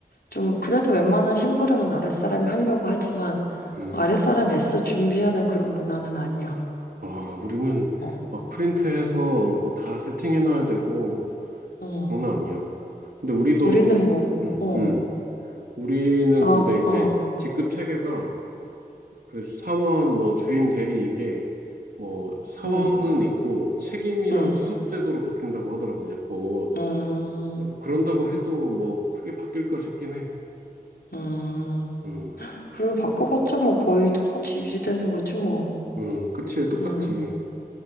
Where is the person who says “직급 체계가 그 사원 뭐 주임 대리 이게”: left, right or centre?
Right